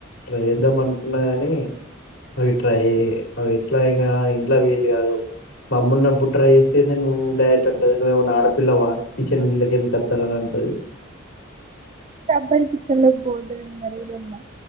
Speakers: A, on the left; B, on the right.
A: ట్రై చేద్దాం అనుకున్నా కాని అవి ట్రై అవి ఎట్లా ఇంకా ఇంట్లో వీలు కాదు మా అమ్మ ఉన్నప్పుడు ట్రై చేస్తే తే నువ్వు డైెట్ అంటది నువ్వు ఏమన్నా ఆడపిల్లవా కిచెన్ లోకి ఎందుకు వత్తాన్నావ్ అని అంటది
B: అంటే అబ్బాయిలు కిచెన్ లోకి పోవద్దని ఏమన్నా రూల్ ఉందా